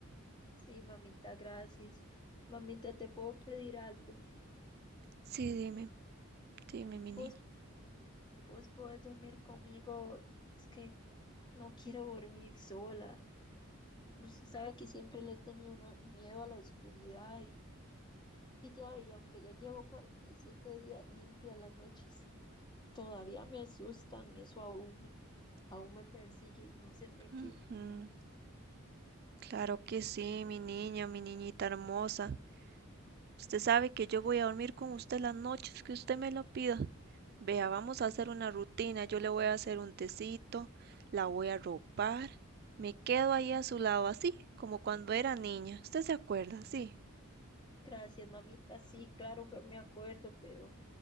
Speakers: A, on the left; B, on the right.
A: Sí, mamita, gracias. Mamita, te puedo pedir algo.
B: Sí, dime, dime, mi
A: Vos,
B: niña.
A: vos podés dormir conmigo hoy. Es que no quiero dormir sola. Usted sabe que siempre le he tenido uno- miedo a la oscuridad y, y ya, y aunque ya llevo 47 días limpia las noches, todavía me asustan. Eso aún, aún me persigue y no se me
B: Ujú.
A: quita.
B: Claro que sí, mi niña, mi niñita hermosa. Usted sabe que yo voy a dormir con usted las noches que usted me lo pida. Vea, vamos a hacer una rutina. Yo le voy a hacer un tecito, la voy a ropar. Me quedo ahí a su lado, así como cuando era niña. ¿Usted se acuerda? Sí.
A: Gracias, mamita. Sí, claro que me acuerdo, pero...